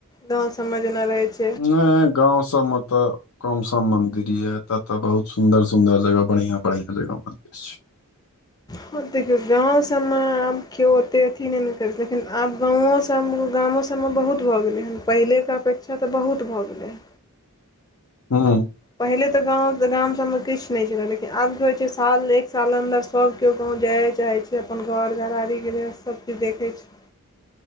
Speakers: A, on the left; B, on the left.
A: गांव सब में जेना रहय छै।
B: नै गाँव सबमें त कम सम मंदिर यै, एता तै बहुत सुंदर जगह बढ़िया-बढ़िया जगह मंदिर छै।
A: हां देखियौ गाँव सबमे आब कियो ओते अथी नै करै छै लेकिन आब गाँवो सब में गामो सबमे सबमे बहुत भऽ गेलै हें, पहिलेके अपेक्षा तऽ बहुत भऽ गेलै हें।
B: हां।
A: पहिले तऽ गाँव गाम सबमें किछ नै छलै लेकिन आब की होय छै साल एक साल अन्दर सब कियो गाँव जाऐ चाहै छै, अपन घर घरारी गृहस्थ सब किछ देखय छै।